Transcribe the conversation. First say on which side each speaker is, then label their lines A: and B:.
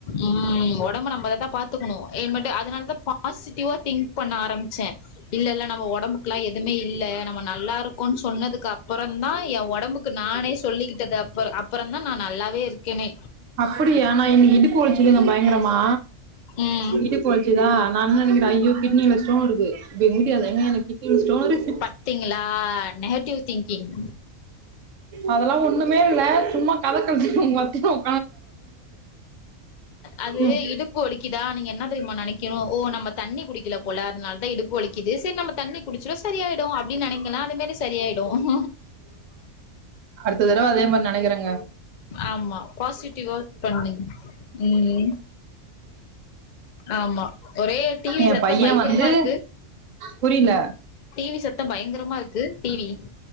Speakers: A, on the left; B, on the right.
A: ம் உடம்பு நம்ம தான் பாத்துக்கணும் ஏ மட்டும் அதனாலதான் பாசிட்டிவா திங்க் பண்ண ஆரம்பிச்சேன் இல்ல இல்ல நம்ம உடம்புக்கு எல்லாம் எதுமே இல்லை நம்ம நல்லா இருக்கோன்னு சொன்னதுக்கு அப்புறம் தான் என் உடம்புக்கு நானே சொல்லிக்கிட்டது அப்புறம் அப்புறம் தான் நான் நல்லாவே இருக்கேனே
B: அப்படியா நா இன்னைக்கு இடுப்பு வழிச்சிதுங்க பயங்கரமா
A: ம்
B: <unintelligible> போச்சுதா நான் என்ன நினைக்கிறேன் ஐய்யோ கிட்னில ஸ்டோன் இருக்கு இப்ப முடியாது எங்க எனக்கு கிட்னில ஸ்டோன் இருக்கு
A: பத்தீங்களா நெகட்டிவ் திங்கிங்
B: அதெல்லாம் ஒன்னுமே இல்ல சும்மா கத கடிச்சம் <unintelligible>
A: அது
B: ம்,
A: இடுப்பு வலிக்குதா நீங்க என்ன தெரியுமா நெனைக்கனும் ஓ நம்ம தண்ணி குடிக்கல போல அதனால தான் இடுப்பு வலிக்குது செரி நம்ம தண்ணி குடிச்சோம்னா சரி ஆயிடும் அப்டின்னு நெனைக்கலாம் அதே மாரி சரி ஆயிடும்
B: அடுத்த தடவ அதே மாரி நெனைக்குறேங்க
A: ஆமா பாசிட்டிவா ஒர்க் பண்றீங்க ம் ஆமா ஒரே டி வி
B: என்
A: சத்தம்
B: பையன்
A: பயங்கரமா
B: வந்து
A: இருக்கு
B: புரியல
A: டி வி சத்தம் பயங்கரமா இருக்கு டி வி